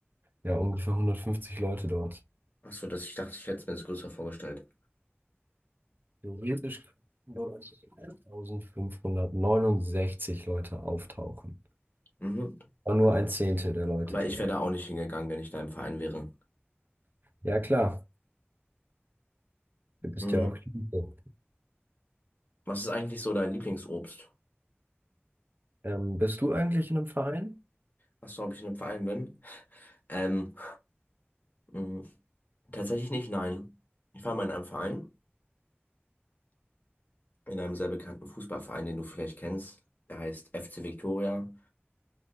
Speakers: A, on the right (about 50°); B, on the left (about 45°).
A: ja ungefähr 150 Leute dort.
B: Ach so, dass ich dachte, ich hätte es mir das größer vorgestellt.
A: Theoretisch könnten dort 1569 Leute auftauchen.
B: Mhm.
A: War nur ein Zehntel der Leute
B: Aber
A: dort.
B: ich wäre da auch nicht hingegangen, wenn ich da im Verein wäre.
A: Ja klar, du bist
B: Mhm.
A: ja auch Jude.
B: Was ist eigentlich so dein Lieblingsobst?
A: Ähm, bist du eigentlich in einem Verein?
B: Ach so, ob ich in einem Verein bin? Ähm, mhm. Tatsächlich nicht, nein. Ich war mal in einem Verein. in einem sehr bekannten Fußballverein, den du vielleicht kennst. Der heißt FC Victoria